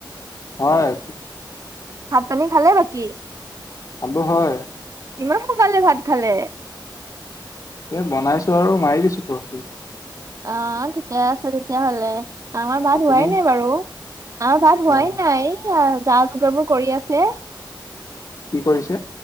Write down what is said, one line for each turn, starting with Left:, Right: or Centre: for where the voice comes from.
Left: হয়
Right: ভাত পানী খালে বাকী।
Left: আবো হয়
Right: ইমান সোনকালে ভাত খালে।
Left: এ বনাইছো আৰু মাৰি দিছো পোৰককেনে
Right: অ, ঠিকে আছে তেতিয়াহ'লে। আমাৰ ভাত
Left: আপুনি
Right: হোৱাই নাই বাৰু, আমাৰ ভাত হোৱাই
Left: অ',
Right: নাই যা যোগাৰ বোৰ কৰি আছে।
Left: কি কৰিছে?